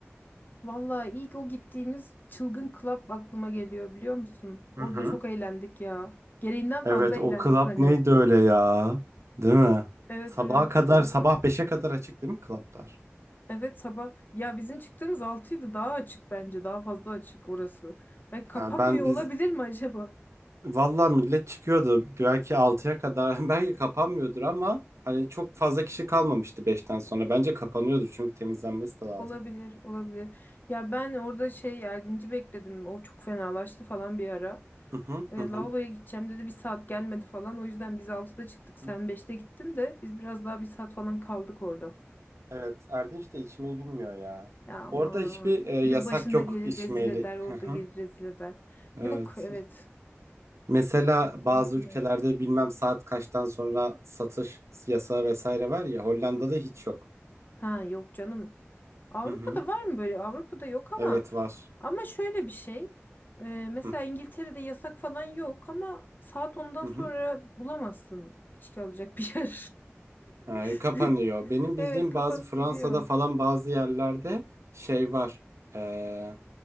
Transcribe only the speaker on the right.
Hı hı.
Evet
o club
neydi öyle ya? Değil mi?
Sabaha
kadar Evet. sabah beşe kadar açık değil mi clublar?
Ha, ben biz
vallahi millet çıkıyordu belki altıya kadar <laughs> belki kapanmıyordur ama hani çok fazla kişi kalmamıştı beşten sonra. Bence kapanıyordur çünkü temizlenmesi de lazım.
Hı hı
hı. hı.
Hı.
Evet Erdinç de içmeyi bilmiyor ya.
Orada hiçbir e, yasak
yok
içmeyeli.
Hı hı.
Evet.
Mesela bazı
ülkelerde
bilmem saat kaçtan sonra satış yasağı vesaire var ya Hollanda'da hiç yok.
Hı hı.
Evet var.
Hı
hı.
hı.
Ha,
kapanıyor. Benim bildiğim
bazı Fransa'da
falan bazı yerlerde şey var. Ee,